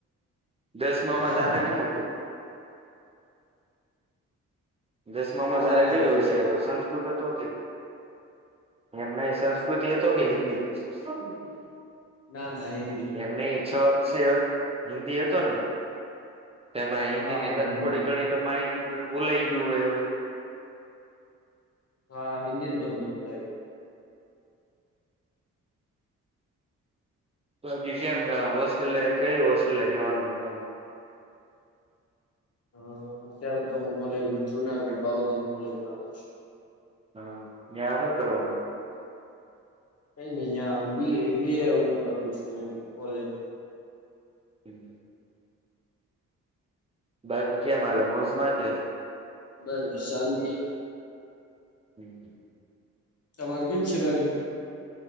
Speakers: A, on the right; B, on the left.
A: દસમામાં
B: હા
A: તારે
B: હા
A: હું હતું? દસમામાં તારે
B: મારે
A: કયો
B: ગુજરાત
A: વિષય હતો સંત સંસ્કૃત હતો કે એમને સંસ્કૃતિ હતો કે હિન્દી <inaudible>
B: ના ના હિન્દી.
A: એમ નઈ છ વિષ હિન્દી હતો ને તેમાં હિન્દી
B: હા
A: ની
B: મારે
A: તને
B: હિન્દી
A: થોડીક ઘણી તો માહિતી ભૂલાઈ ગયું હોય હવે
B: હા હિન્દીને તો બધું ભૂલાય
A: તોકી કેમ હોસ્ટેલે કઈ હોસ્ટેલે રેવાનું મારે
B: <inaudible> હા અત્યારે તો હું કોલેજ જુનાગઢ બાઉુદન કોલેજ મા જાવ છું.
A: હા તયાં હું કરવાનું?
B: કઈ નઈ જ્યાં બ બી એ હું કરું છું કોલેજ.
A: હમમ. બાકી કેમ હાલે બસમાં કે
B: બસ શાંતિ.
A: હમમ.
B: તમારે કેમ છે વાાગે?